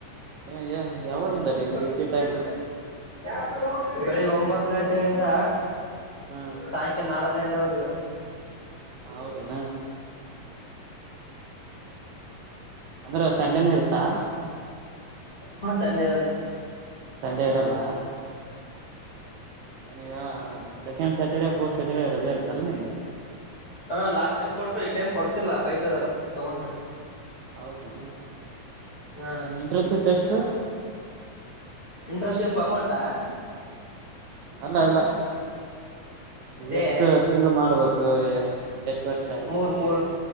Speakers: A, on the right; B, on the left.
A: <unintelligible>
B: <unintelligible>
A: ನೀವು ಡ್ಯೂಟಿ ಟೈಮ್
B: ಬೆಳಿಗ್ಗೆ ಒಂಬತ್ತು ಗಂಟೆಯಿಂದ
A: ಹಾ
B: ಸಾಯಂಕ ನಾಲ್ಕ್ ಗಂಟೆವರೆಗು.
A: ಹೌದನಾ. ಅಂದ್ರೆ ಸಂಡೆನ ಇರುತ್ತಾ.
B: ಹು ಸಂಡೇ ಇರುತ್ತೆ.
A: ಸಂಡೆ ಇರಲ್ಲ. ಈಗ ಸೆಕೆಂಡ್ ಸ್ಯಾಟರ್ಡೆ ಫೋರ್ತ್ ಸ್ಯಾಟರ್ಡೆ ರಜೆ ಇರ್ತಾಲ್ಲ ನಿನ್ಗ.
B: ಹಾ ಲಾಸ್ಟ್ ಟೈಮ್ ಕೊಟ್ರ ಈ ಟೈಮ್ ಕೊಡತಿಲ್ಲ ಬೈತಇದಾರೆ ತಗೊಂಡ್ರೆ.
A: ಹೌದೇನಾ
B: ಹಾ.
A: ಇಂಟರ್ನ್ಶಿಪ್ ಎಷ್ಟು
B: ಇಂಟ್ರಶಿಪ್ ಅಮೌಂಟಾ.
A: ಅಲ್ಲ ಇಲ್ಲ
B: ದೇ
A: ಎಷ್ಟು ತಿಂಗಳು ಮಾಡ್ಬೇಕು. ಹ್ಮ್ ಎಷ್ಟಪರ್ಷ
B: ಮೂರ್
A: ಬಿಟ್ಟಿರದು
B: ಮೂರ್